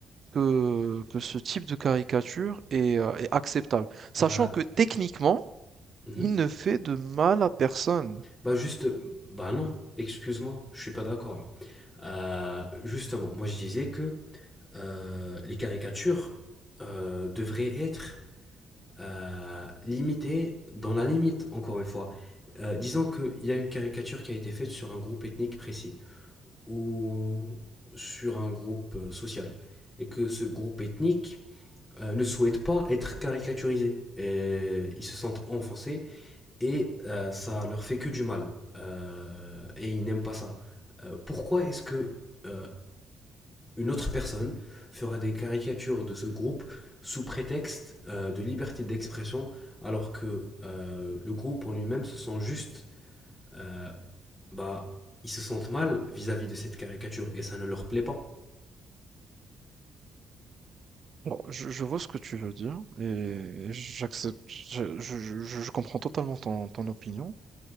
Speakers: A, on the right; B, on the left.
A: que, que ce type de caricature est, euh, est acceptable?
B: Bah,
A: Sachant que techniquement,
B: mhm.
A: il ne fait de mal à personne.
B: bah juste, bah non, excuse-moi, je suis pas d'accord là. Euh, justement, moi je disais que euh, les caricatures euh, devraient être euh, limitées dans la limite, encore une fois. Euh, disons qu'il y a une caricature qui a été faite sur un groupe ethnique précis. ou sur un groupe euh, social et que ce groupe ethnique euh, ne souhaite pas être caricaturisé. Et ils se sentent enfoncés et euh, ça leur fait que du mal. Euh, et ils n'aiment pas ça. Euh, pourquoi est-ce que euh, une autre personne fera des caricatures de ce groupe sous prétexte euh, de liberté d'expression alors que euh, le groupe en lui-même se sent juste, euh, bah, ils se sentent mal vis-à-vis de cette caricature et ça ne leur plaît pas.
A: Bon, je, je vois ce que tu veux dire et j'accepte, je, je, je- je comprends totalement ton ton opinion.